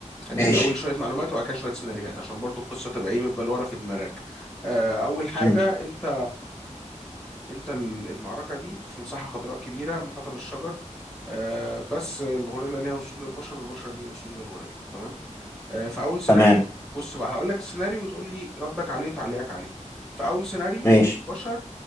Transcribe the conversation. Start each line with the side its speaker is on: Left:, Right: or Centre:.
Centre: هديك
Left: ماشي
Centre: الاول شويه معلومات وبعد كده شويه سيناريوهات عشان برضو القصه تبقى ايه متبلوره ورا في دماغك آه، اول حاجه
Left: مم.
Centre: انت انت ال- المعركه دي في مساحه خضراء كبيره محاطه بالشجر آه، بس الغوريلا ليها وصول للبشر والبشر ليهم وصول للغوريلا تمام آه، فاول سيناريو
Left: تمام
Centre: بص بقى هقول لك السيناريو وتقول لي ردك عليه وتعليقك عليه فاول سيناريو
Left: ماشي
Centre: البشر